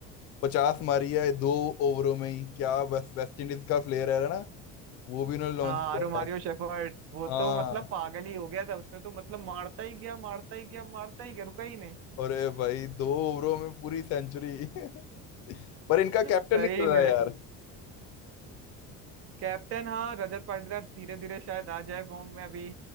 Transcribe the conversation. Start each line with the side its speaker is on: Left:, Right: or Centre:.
Left: पचास मारी है दो ओवरों में ही क्या वेस्ट वेस्ट इंडीज का प्लेयर है ना वो भी इन्होंने लॉन्च
Right: हाँ
Left: किया
Right: रोमारियो
Left: है
Right: शेफर्ड वो
Left: हाँ
Right: तो मतलब पागल ही हो गया था उसने तो मतलब मारता ही गया मारता ही गया मारता ही गया रुका ही नहीं
Left: अरे भाई दो ओवरों में पूरी सेंचुरी <laughs> पर इनका
Right: <laughs>
Left: कैप्टन
Right: सही
Left: निकल रहा
Right: में
Left: है यार
Right: कैप्टन हाँ रजत पाटीदार धीरे धीरे शायद आ जाए फॉर्म में अभी